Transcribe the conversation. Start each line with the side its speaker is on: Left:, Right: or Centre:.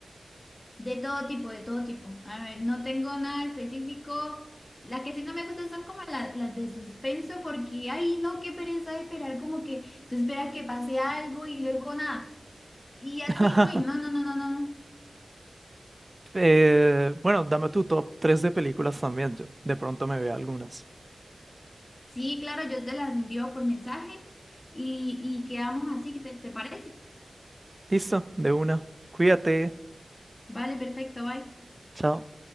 Left: De todo tipo, de todo tipo. A ver, no tengo nada específico. Las que sí no me gustan son como la- las de suspenso porque, ay, no, qué pereza de esperar, como que tú esperas que pase algo y luego nada. Y así,
Right: <laughs>
Left: uy, no, no, no, no, no. no.
Right: Eh, bueno, dame tu top 3 de películas también. Yo de pronto me veo algunas.
Left: Sí, claro, yo te las envío por mensaje y, y quedamos así, ¿te, te parece?
Right: Listo, de una. Cuídate.
Left: Vale, perfecto, bye.
Right: Chao.